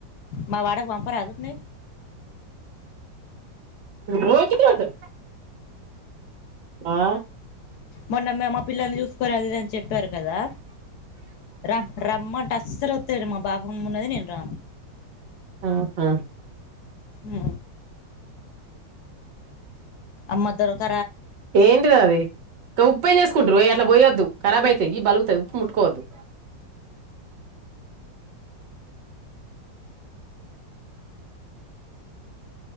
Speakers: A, on the left; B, on the right.
A: మా వాడకు పంప రాదుతుంది
B: రో ఉంటంది ఆ
A: మొన్న మే మా పిల్లల్ని చూసుకో అది ఏది అని చెప్పారు కదా రమ్ రామన్ టసర్ అవుతడు మా బాబమ్ ఉన్నది నేను రాను
B: ఆహా
A: ఆ అమ్మ దొరక
B: ఏంటిద అది ఇంకా ఉప్పేం చేసుకుంట్ర అట్లా పోయొద్దు ఖరాబ్ అయితాది ఈ బలుగుత ఉప్పు ముట్కోవద్దు